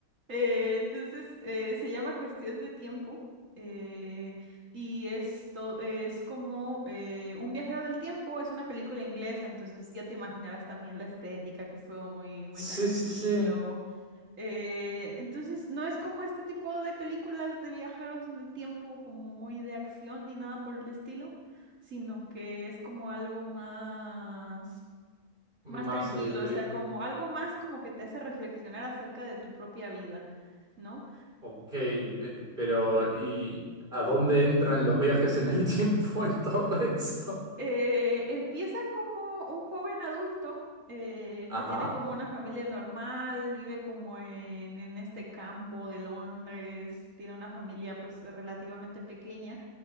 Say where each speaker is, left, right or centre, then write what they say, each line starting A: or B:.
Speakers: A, on the right; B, on the right.
A: Eh, entonces, eh, se llama Cuestión de Tiempo eh, y es, to- es como eh, Un viajero del tiempo, es una película inglesa, entonces ya te imaginarás también la estética, que es todo muy, muy
B: Sí,
A: tranquilo,
B: sí, sí.
A: Eh, entonces, no es como este tipo de películas de viajeros en el tiempo, como muy de acción ni nada por el estilo, sino que es como algo más,
B: Más
A: más tranquilo,
B: eh, de...
A: o sea, como algo más como que te hace reflexionar acerca de tu propia vida, ¿no?
B: Ok, pe- pero ¿y a dónde entran los viajes en el <laughs> tiempo en todo eso?
A: Eh, empieza como un joven adulto. eh,
B: Ajá.
A: que tiene como una familia normal, vive como en, en este campo de Londres, tiene una familia pues relativamente pequeña